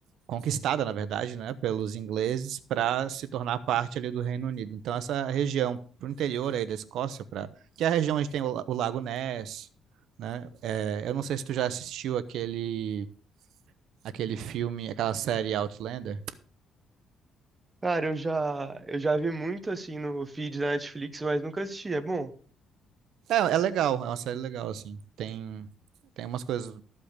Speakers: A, on the right; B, on the right.
A: conquistada, na verdade, né, pelos ingleses para se tornar parte ali do Reino Unido. Então essa região para o interior aí da Escócia, para que é a região onde tem o, la- o Lago Ness, né? É, eu não sei se tu já assistiu aquele aquele filme, aquela série Outlander.
B: Cara, eu já eu já vi muito assim no feed da Netflix, mas nunca assisti. É bom?
A: É, é legal, é uma série legal assim. Tem tem umas coisas